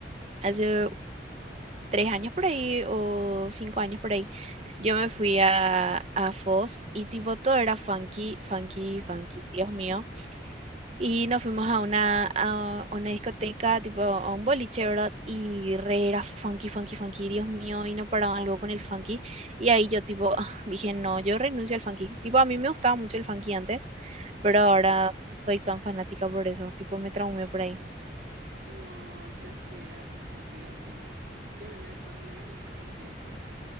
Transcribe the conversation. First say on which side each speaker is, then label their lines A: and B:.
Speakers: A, on the right; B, on the right.
A: hace tres años por ahí o cinco años por ahí, yo me fui a, a Foz y tipo todo era funky, funky, funky, Dios mío. Y nos fuimos a una, a una discoteca, tipo a un boliche, ¿verdad? Y re era funky, funky, funky, Dios mío, y no paraban luego con el funky. Y ahí yo tipo <laughs> ah, dije, no, yo renuncio al funky. Tipo, a mí me gustaba mucho el funky antes,
B: <laughs>
A: pero ahora no soy tan fanática por eso, tipo me traumé por ahí.
B: No, yo sí era re fanática de un tiempo. Yo de todo lo que escuchaba un tiempo